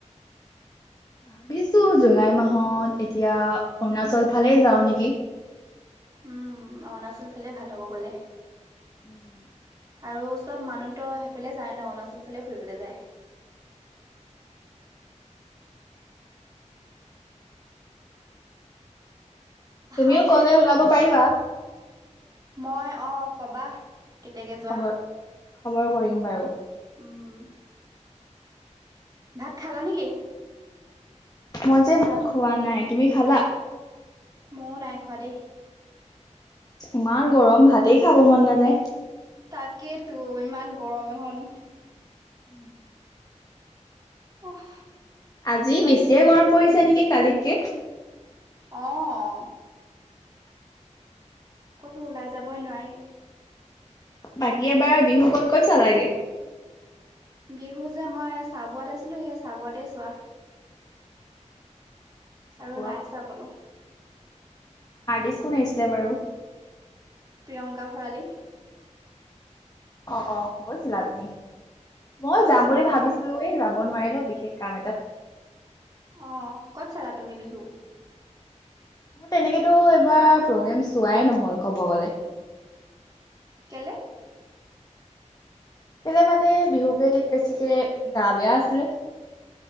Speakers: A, on the left; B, on the right.
A: ভাবিছো জুলাই মাহত এতিয়া অৰুণাচল ফালে যাওঁ নেকি।
B: উম অৰুণাচল ফালে ভাল হ'ব গলে।
A: <inaudible>
B: আৰু চব মানুহতো সেইফালে যায় ন অৰুণাচল ফালে ফুৰিবলে যায়। ভাত
A: তুমিও গলে ওলাব পাৰিবা।
B: মই অ কবা কেতিয়াকে যোৱা
A: খবৰ খবৰ কৰিম বাৰু।
B: উম। ভাত খালা নেকি?
A: মই যে ভাত খোৱা নাই, তুমি খালা?
B: ময়ো নাই খোৱা দেই।
A: ইমান গৰম ভাতেই খাব মন নাযায়।
B: তাকেই তো ইমান গৰম এখন।
A: <unintelligible>
B: উফ
A: আজি
B: বাকী
A: বেছিয়ে গৰম পৰিছে নেকি কালিতকে?
B: অঁ ক'তো ওলাই যাবই নোৱাৰি।।
A: বাকী এবাৰ বিহু ক'ত ক'ত চালাগে?
B: বিহু যে মই চাবোআট আছিলো সেই চাবতে চোৱা
A: চাবুৱাত
B: আৰু নাইছা আকতো
A: আৰ্টিষ্ট কোন আহিছিলে বাৰু?
B: প্ৰিয়ংকা ভৰালী।
A: অ অ গৈছিলা তুমি? মই
B: গৈছিলো
A: যাম বুলি ভাবিছিলোৱে
B: অ।
A: যাব নোৱাৰিলো বিশেষ কাম এটাত।
B: অহ ক'ত চালা তুমি বিহু?
A: মোৰ তেনেকেতো এইবাৰ প্ৰগ্ৰেম চোৱাই নহল কব গলে।
B: কেলে?
A: কেলে মানে বিহু কেইদিন বেছিকে গা বেয়া আছিলে।